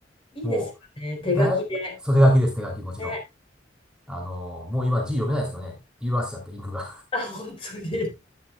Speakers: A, on the left; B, in the centre.
A: いいですよね。
B: もう、
A: 手書きで。
B: 大学、それ手書きです、手書き、もちろん。
A: ね。
B: あのーもう今字読めないですけどね、色あせちゃって、インクが。
A: あ、本当に。え